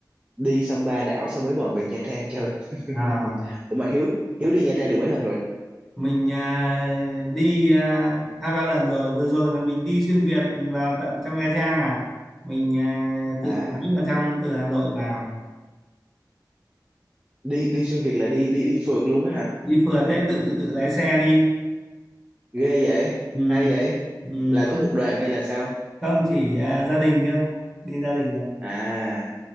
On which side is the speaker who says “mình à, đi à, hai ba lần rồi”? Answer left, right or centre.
Centre